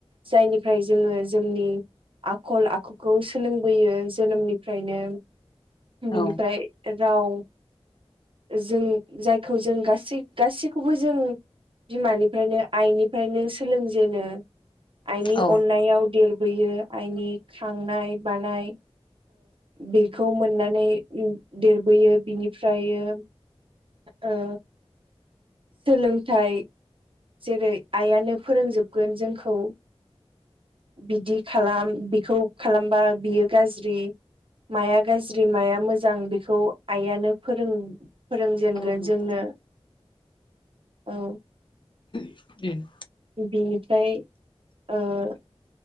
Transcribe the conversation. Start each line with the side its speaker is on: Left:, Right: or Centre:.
Right: जायनिफ्राय जोङो जोंनि आखल आखुखौ सोलोंबोयो जोनोमनिफ्रायनो बिनिफ्राय
Left: औ
Right: राव जों जायखौ जों गासै गासैखौबो जों बिमानिफ्रायनो आइनिफ्रायनो सोलोंजेनो। आइनि
Left: औ
Right: अननायाव देरबोयो आइनि खांनाय बानाय। बेखौ मोननानै देरबोयो बिनिफ्राइयो ओ सोलोंथाइ जेरै आइयानो फोरोंजोबगोन जोंखौ बिदि खालाम बेखौ खालामबा बियो गाज्रि। माया गाज्रि माया मोजां बेखौ आइयानो फोरों फोरोंजेनगोन
Left: औ नोंथां
Right: जोंनो औ।
Left: उम
Right: बेनिफ्राय ओ